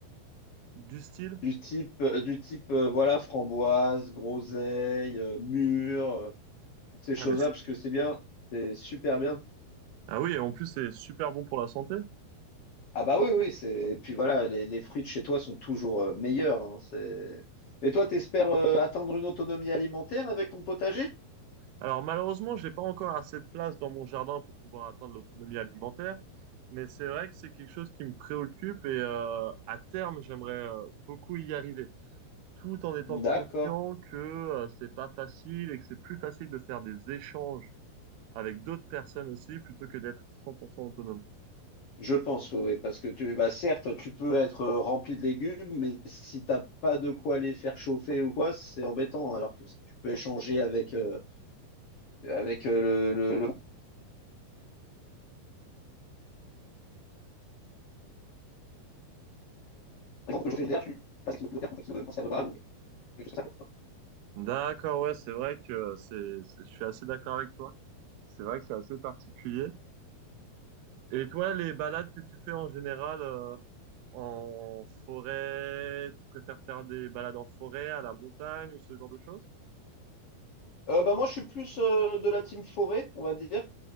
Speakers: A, on the right; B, on the left.
A: Du style?
B: du type, du type euh, voilà, framboise, groseille, euh, mûre. euh, toutes ces
A: Ah
B: choses-là,
A: mais c'est-
B: parce que c'est bien, c'est super bien.
A: ah oui. Et en plus c'est super bon pour la santé.
B: Ah bah oui, oui, c'est. Et puis voilà, les, les fruits de chez toi sont toujours euh, meilleurs. hein, c'est... Mais toi, t'espères euh, atteindre une autonomie alimentaire avec ton potager?
A: Alors malheureusement, j'ai pas encore assez de place dans mon jardin pour pouvoir atteindre l'autonomie alimentaire, mais c'est vrai que c'est quelque chose qui me préoccupe et euh, à terme, j'aimerais euh, beaucoup y arriver, tout en étant conscient
B: D'accord.
A: que euh, c'est pas facile et que c'est plus facile de faire des échanges avec d'autres personnes aussi plutôt que d'être 100% autonome.
B: Je pense, oui, oui, parce que tu, bah certes, tu peux être euh, rempli de légumes, mais si t'as pas de quoi les faire chauffer ou quoi, c'est embêtant. Alors que si tu peux échanger avec euh, avec euh, le le, le moment de chauffer tu passes un kilo de terre, un kilo de cancer de bas ou quelque chose comme ça, quoi.
A: D'accord, ouais, c'est vrai que euh, c'est, c'est- je suis assez d'accord avec toi. C'est vrai que c'est assez particulier. Et toi, les balades que tu fais en général euh, en forêt, tu préfères faire des balades en forêt, à la montagne ou ce genre de choses?
B: Euh, bah moi, je suis plus euh, de la team forêt, on va dire.